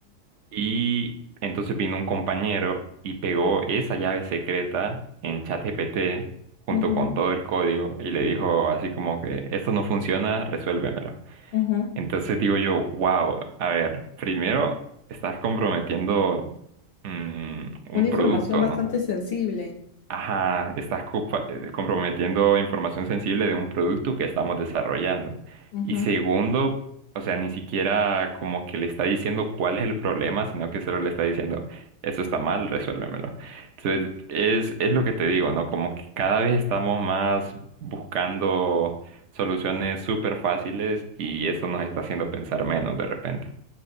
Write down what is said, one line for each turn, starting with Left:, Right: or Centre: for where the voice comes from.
Right: Y entonces vino un compañero y pegó esa llave secreta en ChatGPT junto
Left: ujú,
Right: con
Left: ujú,
Right: todo el código y le dijo así como que esto no funciona, resuélvemelo.
Left: ujú.
Right: Entonces digo yo, wow, a ver, primero estás comprometiendo mm,
Left: Una
Right: un
Left: información
Right: producto,
Left: bastante
Right: ¿no?
Left: sensible.
Right: Ajá, estás compa- eh, comprometiendo información sensible de un producto que estamos desarrollando.
Left: Ujú.
Right: Y segundo, o sea, ni siquiera como que le está diciendo cuál es el problema, sino que solo le está diciendo, eso está mal, resuélvemelo. Entonces, es, es lo que te digo, ¿no? Como que cada vez estamos más buscando soluciones súper fáciles y eso nos está haciendo pensar menos de repente.